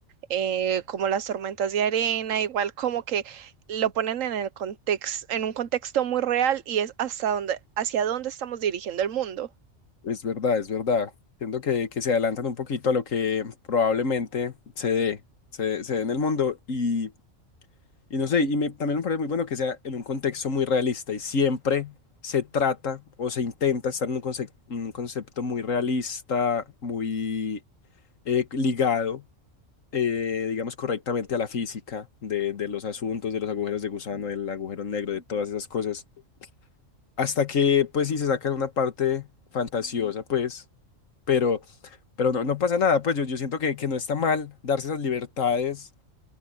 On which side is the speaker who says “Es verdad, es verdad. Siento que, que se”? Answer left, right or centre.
Left